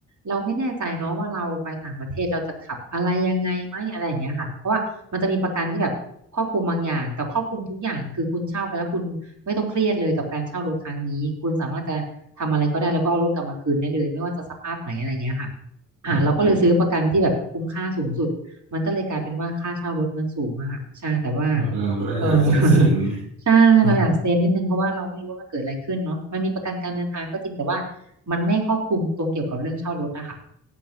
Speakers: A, on the right; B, on the right.
A: เราไม่แน่ใจเนาะว่าเราไปต่างประเทศเราจะขับอะไรยังไงไหมอะไรอย่างเงี้ยค่ะเพราะว่ามันจะมีประกันที่แบบครอบคลุมบางอย่างกับครอบคลุมทุกอย่างคือคุณเช่าไปแล้วคุณไม่ต้องเครียดเลยกับการเช่ารถครั้งนี้คุณสามารถจะทำอะไรก็ได้แล้วก็เอารถกลับมาคืนได้เลยไม่ว่าจะสภาพไหนอะไรอย่างเงี้ยค่ะอ่าเราก็เลยซื้อประกันที่แบบคุ้มค่าสูงสุดมันก็เลยกลายเป็นว่าค่าเช่ารถมันสูงอะค่ะใช่แต่ว่า
B: อืมเราก็อยากเซฟเซฟนี่
A: เออ <laughs> ใช่เราอยากเซฟนิดนึงเพราะว่าเราไม่รู้ว่ามันเกิดอะไรขึ้นเนาะมันมีประกันการเดินทางก็จริงแต่ว่า
B: อืม
A: มันไม่ครอบคลุมตรงเกี่ยวกับเรื่องเช่ารถอะค่ะ